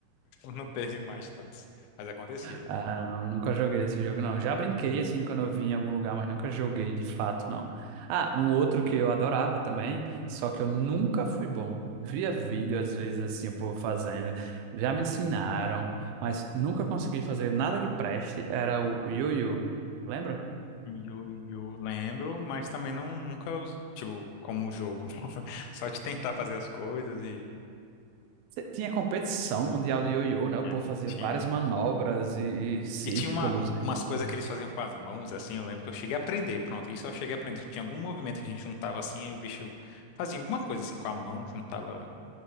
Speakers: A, on the left; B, on the right.
A: não teve mais tantos. Mas acontecia isso.
B: Ah, não, nunca joguei esse jogo, não. Já brinquei assim quando eu vim em algum lugar, mas nunca joguei de fato, não. Ah, um outro que eu adorava também, só que eu nunca fui bom. Via vídeo, às vezes, assim, o povo fazendo. Já me ensinaram, mas nunca consegui fazer nada que preste. Era o o ioiô, lembra?
A: Yo-yo, lembro, mas também não, nunca, us- tipo, como jogo. <laughs> Só de tentar fazer as coisas e
B: Cê- Tinha competição mundial de ioiô, né? O
A: É,
B: povo fazia
A: tinha.
B: várias manobras e, e círculos.
A: E tinha uma, um-
B: entendeu?
A: umas coisas que eles faziam com as mãos, assim, eu lembro que eu cheguei a aprender, pronto, isso eu cheguei a aprender. Tinha algum movimento que a gente juntava assim, aí o bicho fazia alguma coisa assim com a mão, juntava,